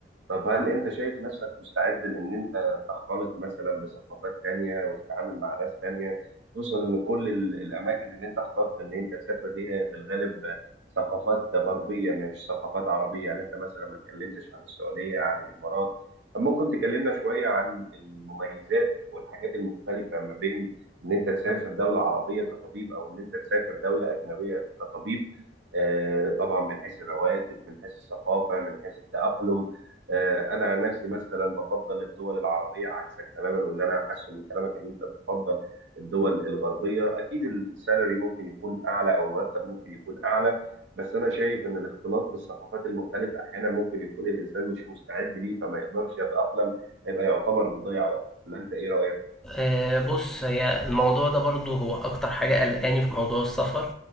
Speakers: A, on the right (about 80°); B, in the centre.
A: طب هل انت شايف نفسك مستعد لان انت تختلط مثلا بثقافات تانية وتتعامل مع ناس تانية خصوصا ان كل ال- الاماكن اللي انت اخترت ان انت تسافر ليها في الغالب ثقافات غربية مش ثقافات عربية يعني انت مثلا ما اتكلمتش عن السعودية عن الامارات طب ممكن تكلمنا شوية عن المميزات والحاجات المختلفة ما بين ان انت تسافر دولة عربية كطبيب او ان انت تسافر دولة اجنبية كطبيب آه، طبعا من حيث الرواتب من حيث الثقافة من حيث التأقلم آه، انا عن نفسي مثلا بفضل الدول العربيه عكسك تماما واللي انا حاسه من كلامك ان انت بتفضل الدول الغربيه اكيد السالري ممكن يكون اعلى او المرتب ممكن يكون اعلى بس انا شايف ان الاختلاط بالثقافات المختلفه احيانا ممكن يكون الانسان مش مستعد ليه فما يقدرش يتاقلم هيبقى يعتبر بيضيع وقت ولا انت ايه رايك
B: آه، بص هي الموضوع ده برضو هو أكتر حاجة قلقاني في موضوع السفر